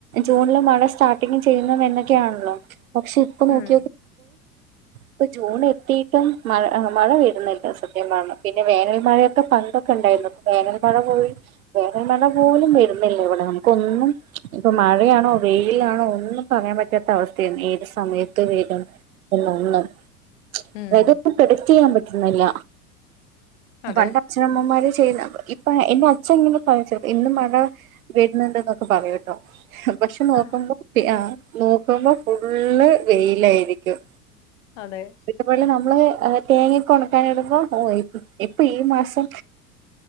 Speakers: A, on the right; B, on the left.
A: ജൂണില് മഴ സ്റ്റാർട്ടിങ്് ചെയ്യുന്ന എന്നൊക്കെയാണല്ലോ പക്ഷെ ഇപ്പ നോക്കിയോക്ക
B: ഉം
A: ഇപ്പൊ ജൂൺ എത്തിട്ടും മഴ മഴ വെരുന്നില്ല സത്യമാണ് പിന്നെ വേനൽ മഴയൊക്കെ പണ്ട് ഇണ്ടായിരുന്നു ഇപ്പ വേനൽമഴ പോല വേനൽമഴ പോലും വെരുന്നില്ല ഇവിടെ നമുക്കൊന്നും ഇപ്പൊ മഴയാണോ വെയിലാണോ ഒന്നും പറയാൻ പറ്റാത്ത അവസ്ഥയാണ് ഏത് സമയത്ത് വെയിലും പി ഒന്നും
B: ഉം
A: അതായത് പ്രഡക്ട് ചെയ്യാൻ പറ്റുന്നില്ല
B: അതെ
A: പണ്ട് അച്ഛനമ്മമാര് ചെയ് ഇപ്പൊ എന്റെ അച്ഛ ഇങ്ങനെ പിച്ചത് ഇന്ന് മഴ വരുന്നുണ്ടെന്നെക്കെ പറയോട്ടോ പക്ഷെ നോക്കുമ്പോ
B: ആഹ്
A: ആ നോക്കുമ്പോ ഫുള്ള് വെയിലായിരിക്കും
B: അതെ
A: ഇപ്പ നമ്മള് തേങ്ങക്കെ ഒണക്കാനിടുമ്പോ ഓ ഇപ്പൊ ഈ മാസം